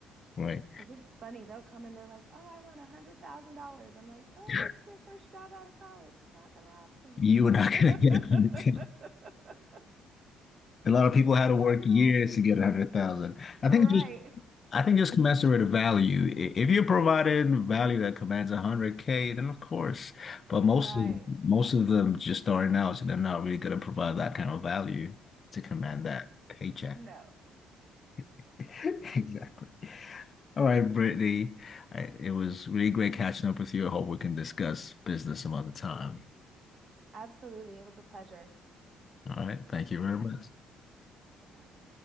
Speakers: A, on the left; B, on the right.
A: right.
B: Because it's funny, they'll come and they're like, "Oh, I want a hundred thousand dollars." I'm like, "Oh,
A: <laughs>
B: this is your first job out of college. It's not gonna happen.
A: You are not
B: <laughs>
A: gonna get a hundred thousand. A lot of people had
B: It's
A: to work
B: not gonna
A: years
B: happen."
A: to get a hundred thousand. I
B: Right.
A: think I think just commensurate of value. I- If you're providing value that commands 100K, then of course. But most
B: Right.
A: of most of them just starting out, so they're not really going to provide that kind of value to command
B: <laughs>
A: that paycheck.
B: No.
A: <laughs> Exactly. All right, Brittany. I, it was really great catching up with you. I hope we can discuss business some other time.
B: Absolutely. It was a pleasure.
A: All right. Thank you very
B: All
A: much.
B: right. Bye bye.